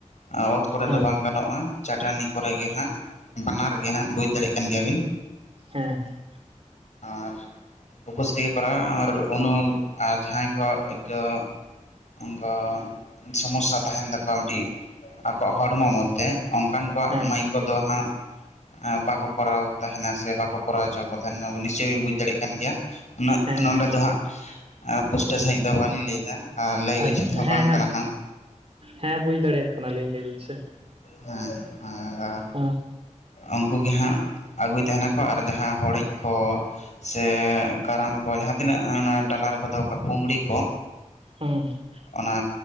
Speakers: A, on the left; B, on the right.
A: ᱟᱸ ᱚᱛ ᱠᱚᱨᱮ
B: ᱦᱮᱸ
A: ᱫᱚ ᱵᱟᱝ ᱜᱟᱱᱚᱜᱼᱟ, ᱪᱟᱹᱴᱟᱹᱱᱤ ᱠᱚᱨᱮ ᱜᱮ ᱦᱟᱸᱜ᱾ ᱵᱟᱱᱟᱨ ᱜᱮ ᱦᱟᱸᱜ ᱵᱩᱡᱽ ᱫᱟᱲᱮᱜ ᱠᱟᱱ ᱜᱮᱭᱟᱵᱤᱱ᱾
B: ᱦᱮᱸ ᱦᱮᱸ᱾
A: ᱟᱨ ᱩᱯᱟᱹᱥ ᱛᱮᱜᱮ ᱠᱚᱨᱟᱣᱢᱮ ᱟᱨ ᱩᱱᱩᱢ ᱟᱨ ᱡᱟᱦᱟᱸᱭ ᱜᱚᱜ ᱦᱚᱭᱛᱚ ᱚᱱᱠᱟ ᱥᱚᱢᱚᱥᱥᱟ ᱛᱟᱦᱮᱱ ᱛᱟᱠᱚᱣᱟ ᱢᱤᱫᱴᱤᱡ ᱟᱠᱚᱣᱟᱜ ᱦᱚᱲᱢᱚ ᱢᱚᱫᱽ ᱛᱮ ᱚᱱᱠᱟᱱ ᱠᱚᱣᱟᱜ
B: ᱦᱮᱸ
A: ᱢᱟᱹᱭ ᱠᱚᱫᱚ ᱦᱟᱸᱜ ᱟᱸ ᱵᱟᱠᱚ ᱠᱚᱨᱟᱣ ᱛᱟᱦᱮᱱᱟ ᱥᱮ ᱵᱟᱠᱚ ᱠᱚᱨᱟᱣ ᱦᱚᱪᱚᱣᱟᱠᱚ ᱛᱟᱦᱮᱱᱟ, ᱱᱤᱥᱪᱳᱭ ᱵᱤᱱ ᱵᱩᱡ ᱫᱟᱲᱮᱭᱟᱜ ᱠᱟᱱ ᱜᱮᱭᱟ᱾ ᱩᱱᱟᱹᱜ
B: ᱦᱮᱸ
A: ᱱᱚᱸᱰᱮ
B: ᱦᱮᱸ ᱦᱮᱸ
A: ᱫᱚ ᱦᱟᱸᱜ ᱟ ᱯᱩᱥ ᱴᱟᱹ ᱥᱟᱺᱦᱤᱡ ᱫᱚ ᱵᱟᱹᱞᱤᱧ ᱞᱟᱹᱭᱮᱫᱟ ᱟᱨ ᱞᱟᱹᱭ
B: ᱟᱪᱪᱷᱟ
A: ᱩᱪᱤᱛ ᱦᱚᱸ
B: ᱦᱮᱸ
A: ᱵᱟᱝ
B: ᱦᱮᱸ
A: ᱠᱟᱱᱟ ᱦᱟᱸᱜ᱾
B: ᱦᱮᱸ ᱵᱩᱡ ᱫᱟᱲᱮᱭᱟᱜ ᱠᱟᱱᱟ ᱞᱤᱧ, ᱞᱟᱹᱭ ᱵᱤᱱ ᱥᱮ᱾
A: ᱦᱮᱸ ᱟᱫᱚ
B: ᱦᱮᱸ
A: ᱩᱱᱠᱩ ᱜᱮ ᱦᱟᱸᱜ ᱟᱹᱜᱩᱭ ᱛᱟᱦᱮᱸᱱᱟᱠᱚ ᱟᱨ ᱡᱟᱦᱟᱸ ᱦᱚᱲᱮᱡᱽ ᱠᱚ ᱥᱮ, ᱠᱟᱨᱟᱢ ᱠᱚ ᱡᱟᱦᱟᱸ ᱛᱤᱱᱟᱹᱜ ᱚᱱᱟ ᱰᱟᱞᱟ ᱨᱮᱠᱚ ᱫᱚᱦᱚ ᱠᱟᱜᱼᱟ ᱯᱩᱝᱲᱤ ᱠᱚ,
B: ᱦᱮᱸ
A: ᱚᱱᱟ,